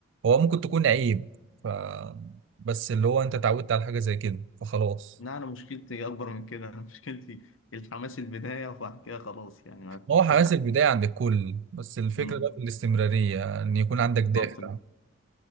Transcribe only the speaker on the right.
هو ممكن تكون عيب ف بس اللي هو انت اتعودت على حاجة زي كده فخلاص
هو حماس البداية عند الكل بس الفكرة
بقى في الاستمرارية إن يكون عندك
دافع